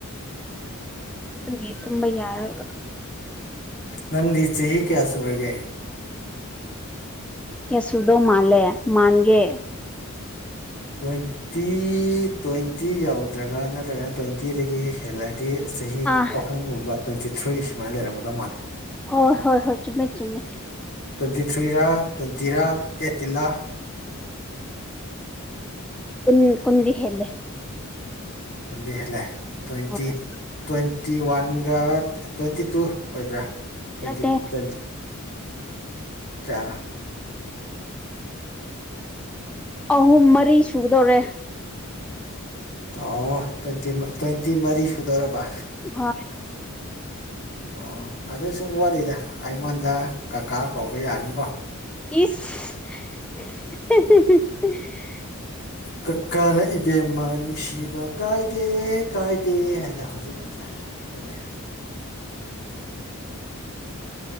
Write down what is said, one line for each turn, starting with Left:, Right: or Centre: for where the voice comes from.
Centre: ꯑꯗꯨꯒꯤ ꯇꯨꯝꯕ ꯌꯥꯔꯣꯏꯕ
Left: ꯅꯗꯤ ꯆꯦ ꯍꯤ ꯀꯦꯌꯥꯁꯨꯔꯒꯦ
Centre: ꯀꯁꯗꯣ ꯃꯥꯂꯦ ꯃꯥꯟꯒꯦ
Left: ꯇ꯭ꯋꯦꯟꯇꯤ ꯇ꯭ꯋꯦꯟꯇꯤ ꯌꯧꯗ꯭ꯔꯒ ꯅꯠꯇ꯭ꯔꯒꯅ ꯇ꯭ꯋꯦꯟꯇꯤꯗꯒꯤ ꯍꯦꯜꯂꯗꯤ ꯆꯍꯤ
Centre: ꯑꯥ
Left: ꯑꯍꯨꯝꯒꯨꯝꯕ ꯇ꯭ꯋꯦꯟꯇꯤ ꯊ꯭ꯔꯤ ꯁꯨꯃꯥꯏꯅ ꯂꯩꯔꯝꯒꯗꯧ ꯃꯥꯜꯂꯦ
Centre: ꯍꯣꯏ ꯍꯣꯏ ꯍꯣꯏ ꯆꯃꯦ ꯆꯨꯝꯃꯦ
Left: ꯇ꯭ꯋꯦꯟꯇꯤ ꯊ꯭ꯔꯤꯔ ꯇ꯭ꯋꯦꯟꯇꯤꯔꯥ ꯑꯩꯠꯇꯤꯂꯥ
Centre: ꯑꯟ ꯀꯨꯗꯤ ꯍꯦꯜꯂꯦ
Left: ꯗꯤ ꯇ꯭ꯋꯦꯟꯇꯤ
Centre: ꯍꯣꯏ
Left: ꯇꯋ ꯐꯥꯇꯤ ꯋꯥꯟꯒ ꯇ꯭ꯋꯦꯟꯇꯤ ꯇꯨ ꯑꯣꯏꯕ꯭ꯔꯥ ꯇ꯭ꯋꯦꯟꯇꯤ
Centre: ꯅꯠꯇꯦ
Left: ꯇ꯭ꯋꯦꯟꯇꯤ ꯀꯌꯥ ꯅꯣ
Centre: ꯑꯍꯨꯝ ꯃꯔꯤ ꯁꯨꯒꯗꯧꯔꯦ
Left: ꯑꯣ ꯇ꯭ꯋꯦꯟꯇꯤ ꯇ꯭ꯋꯦꯟꯇꯤ ꯃꯔꯤ ꯁꯨꯗꯧꯔꯕ
Centre: ꯍꯣꯏ
Left: ꯑꯣ ꯑꯗꯨ ꯁꯨꯝ ꯋꯥꯠꯂꯤꯗ ꯑꯩꯉꯣꯟꯗ ꯀꯀꯥ ꯀꯧꯕ ꯌꯥꯅꯤꯀꯣ
Centre: <unintelligible>
Left: ꯀꯀꯥꯅ ꯏꯕꯦꯝꯃ ꯅꯨꯡꯁꯤꯕ ꯀꯥꯏꯗꯦ ꯀꯥꯏꯗꯦ ꯍꯥꯏꯗ ꯍꯧꯖꯤꯛꯀꯥꯟꯁꯦ ꯈꯪꯗꯦ